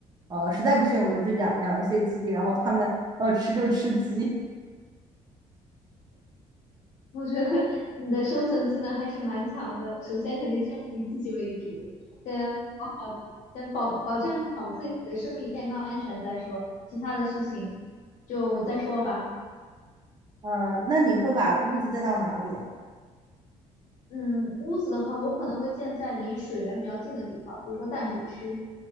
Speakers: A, on the right; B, on the left.
A: 呃实在不行我们就养养一些鸡，
B: <laughs> 嗯
A: 然后它们要吃就吃鸡，
B: 我觉得你的生存技能还是蛮强的。首先肯定是要以自己为主，先保好，先保保证好自己的生命健康安全再说，其他的事情就再说吧。
A: 呃那你会把屋子建到哪里啊？
B: 嗯，屋子的话，我可能会建在离水源比较近的地方，比如说淡水区，